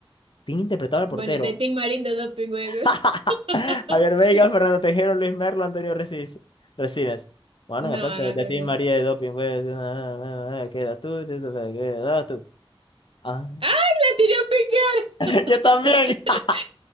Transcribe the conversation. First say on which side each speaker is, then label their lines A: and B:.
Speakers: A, on the left (about 60°); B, on the right (about 70°).
A: ¿Quién interpretaba al portero?
B: Bueno, de Tim Marín de Doping Web.
A: <laughs>
B: <laughs>
A: Javier Veiga, Fernando Tejero, Luis Merlo, Antonio Recis, Resines. Bueno,
B: No,
A: en efecto,
B: no
A: de
B: creo
A: ti
B: que
A: María
B: es.
A: de Doping, güey. <laughs> Queda tú, te- te- queda tú. Ah.
B: ¡Ay, la tiré a
A: <laughs> Yo también.
B: pegar!
A: <laughs>